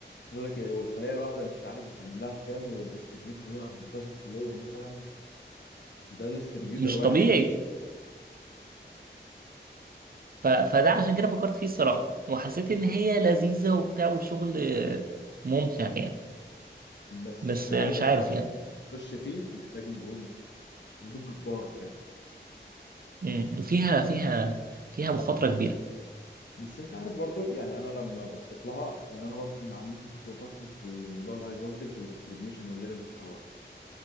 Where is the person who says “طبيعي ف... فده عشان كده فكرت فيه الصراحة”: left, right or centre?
Right